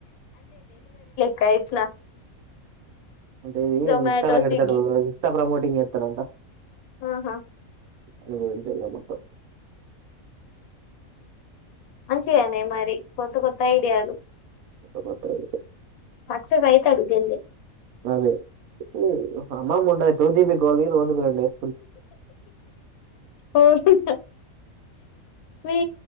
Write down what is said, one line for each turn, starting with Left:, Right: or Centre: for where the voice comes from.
Left: కా ఇట్లా
Right: అంటే ఇది
Left: జొమాటో
Right: ఇన్స్టాలో పెడతడు
Left: స్విగ్గీ
Right: ఇన్స్టా ప్రమోట్ రింగేత్తడంటా
Left: ఆహా
Right: అది <unintelligible>
Left: మంచిగానేయ్ మరి కొత్త కొత్త ఐడియాలు
Right: కొత్త కొత్త ఐడియాలే
Left: సక్సెస్ అయితాడు జల్దీ
Right: అదే <unintelligible>
Left: ఓ <unintelligible> మీ